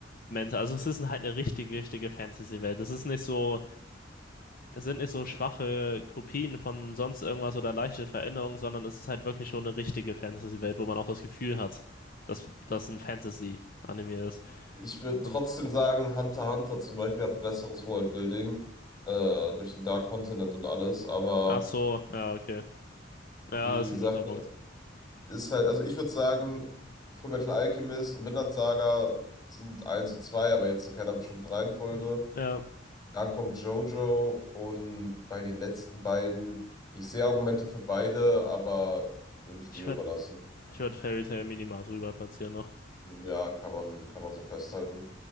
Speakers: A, on the left (about 50°); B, on the left (about 20°).
A: Also es ist halt eine richtig, richtige Fantasy-Welt. Es ist nicht so, es sind nicht so schwache Kopien von sonst irgendwas oder leichte Veränderungen, sondern es ist halt wirklich schon eine richtige Fantasy-Welt, wo man auch das Gefühl hat, dass das ein Fantasy-Anime ist.
B: Ich würde
A: Und,
B: trotzdem sagen, Hunter x Hunter zum Beispiel hat ein besseres Worldbuilding, äh, durch den Dark Continent und alles, aber
A: ach so, ja, okay. Ja,
B: die
A: ist
B: Sache
A: ein guter Punkt.
B: ist halt, also ich würde sagen, Fullmetal Alchemist und Vinland Saga sind eins und 2, aber jetzt in keiner bestimmten Reihenfolge.
A: Hm, Ja,
B: Dann kommt JoJo und bei den letzten beiden, ich sehe Argumente für beide, aber würde ich dir
A: ich ver
B: überlassen.
A: Ich würde Fairy Tail minimal drüber platzieren noch.
B: Ja, kann man, kann man so festhalten.